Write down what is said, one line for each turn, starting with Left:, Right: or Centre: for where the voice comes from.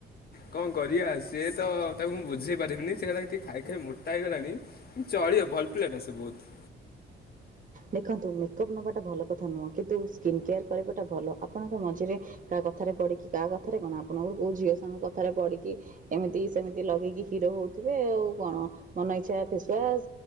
Left: କଣ କରିବା ସେ ତ ତାକୁ ମୁଁ ବୁଝେଇ ପାରିବିନି ସେ କଇଲା କି ଟିକେ। ଖାଇ ଖାଇ ମୋଟା ହେଇଗଲାଣି ଚଳିବ ଭଲ ପିଲାଟା ସେ ବହୁତ।
Right: ଦେଖନ୍ତୁ ମେକଅପ୍ ନବାଟା ଭଲ କଥା ନୁହଁ କିନ୍ତୁ ସ୍କିନ କେୟାର କରିବାଟା ଭଲ ଆପଣଙ୍କ ମଝିରେ କାହା କ କଥାରେ ପଡିକି କାହା କଥାରେ କଣ ଆପଣଙ୍କର କୋଉ ଝିଅ ସାଙ୍ଗ କଥାରେ ପଡିକି ଏମିତି ସେମିତି ଲଗେଇକି ହିରୋ ହଉ ଥିବେ ଆଉ କଣ ମନ ଇଚ୍ଛା ଫେଶୱାସ